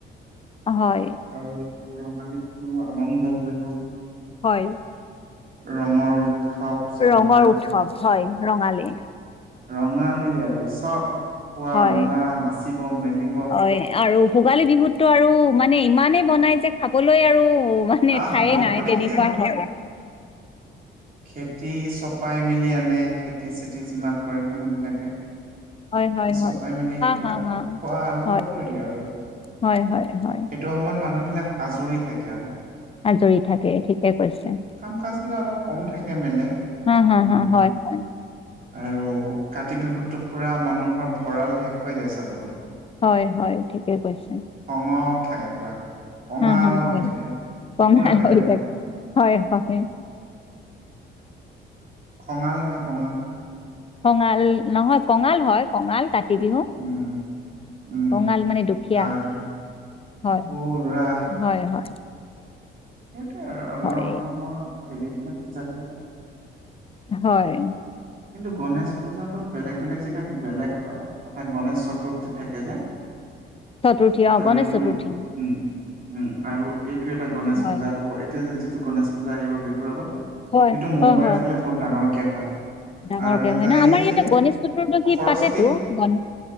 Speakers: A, on the left; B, on the right.
A: হয়
B: আৰু ৰঙালীটো আনন্দ কৰিব।
A: হয়।
B: ৰঙৰ উৎসৱ চাব
A: ৰঙৰ
B: গ'লে
A: উৎসৱ হয় ৰঙালী
B: ৰঙালী আৰু চব খোৱা
A: হয়
B: মেলা নাচিব মেলিব।
A: হয় আৰু ভোগালী বিহুতটো আৰু মানে ইমানেই বনাই যে খাবলৈ আৰু অ', মানে
B: আহ
A: ঠায়ে
B: ভোগ
A: নাই
B: মানে
A: তেনেকুৱা
B: কি
A: হয়।
B: খেতি চপাই মেলি আনে খেতি চেতি যিমান কৰে মানুহবিলাকে।
A: হয় হয় হয়
B: চপাই
A: হয়
B: মেলি
A: হা
B: সেইবিলাক,
A: হা হা
B: খোৱা আৰম্ভ
A: হয়
B: কৰি দিয়ে আৰু।
A: হয়, হয়, হয়।
B: সেইটো <unintelligible> আজৰি থাকে অলপ।
A: আজৰি থাকে, ঠিকে কৈছে।
B: কাম কাজ বিলাক অলপ কম থাকে মেলে।
A: হম হম
B: উম
A: হম, হয় হয়।
B: আৰু কাতি বিহুতো পুৰা মানুহৰ ভঁৰাল শেষ হৈ যায় চাব গ'লে।
A: হয় হয় ঠিকেই কৈছে।
B: ৰঙত থাকে প্ৰায় কঙাল
A: হা, হা, হয়,
B: হৈ থাকে
A: কঙাল
B: একো নাথাকে
A: হৈ
B: আৰু।
A: থাকে। হয়, হয়,
B: খঙাল নহয় কঙাল।
A: খঙাল নহয় কঙাল হয় কঙাল। কাতি বিহু,
B: উম উম
A: কঙাল মানে দুখীয়া।
B: হয়
A: হয়,
B: পুৰা
A: হয়, হয়।
B: সেইটেৱে আৰু আমাৰ
A: হয়,
B: অসমৰ হেৰিবিলাক পূজাবিলাক
A: হয়।
B: কিন্তু গণেশ পূজাটো বেলেগ বেলেগ জেগাত বেলেগ হয়। এটা গনেশ চতুৰ্থী থাকে যে।
A: চতুৰ্থী অ',
B: আৰু
A: গণেশ
B: এইটো
A: চতুৰ্থী,
B: উম উম, আৰু এইটো এটা গণেশ
A: হয়,
B: পূজা হ'ব, এটিয়া যিটো গণেশ পূজা আহিব বিহুৰ আগত
A: হয়,
B: সেইটো মুম্বাইৰ
A: হয়, হয়,
B: ফালে বহুত ডাঙৰকে হয়।
A: ডাঙৰকে
B: আৰু এটা
A: হয় ন', আমাৰ
B: এই
A: ইয়াতে
B: যে
A: গণেশ চতুৰ্দশী
B: সৰস্বতী
A: পাতেতো গনেশ